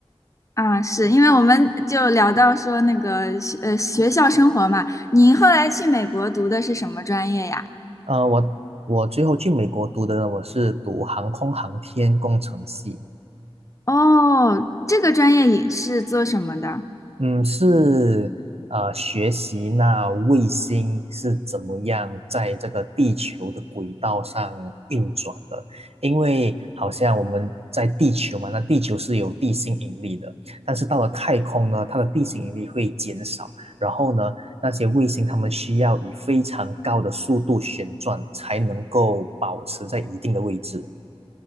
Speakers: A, on the left; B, on the right.
A: 啊，是因为我们就聊到说那个学呃学校生活嘛，你后来去美国读的是什么专业呀？
B: 呃，我我最后去美国读的呢，我是读航空航天工程系，
A: 哦，这个专业也是做什么的？
B: 嗯，是呃，学习那卫星是怎么样在这个地球的轨道上运转的。因为好像我们在地球嘛，那地球是有地心引力的，但是到了太空呢，它的地心引力会减少。然后呢，那些卫星它们需要以非常高的速度旋转，才能够保持在一定的位置。